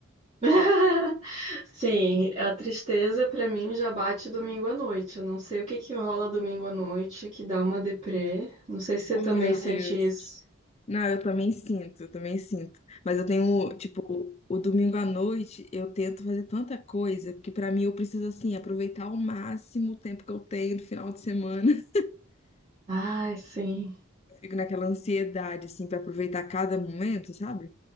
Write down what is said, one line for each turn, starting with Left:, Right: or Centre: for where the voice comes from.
Right: <laughs> Sim, a tristeza pra mim já bate domingo à noite. Eu não sei o que que rola domingo à noite que dá uma deprê. Não sei se você
Left: Oh,
Right: também
Left: meu
Right: sente
Left: Deus.
Right: isso.
Left: Não, eu também sinto, eu também sinto. Mas eu tenho, tipo, o domingo à noite eu tento fazer tanta coisa, porque pra mim eu preciso, assim, aproveitar ao máximo o tempo que eu tenho no final de semana.
Right: Ai, sim.
Left: fico naquela ansiedade, assim, para aproveitar cada momento, sabe?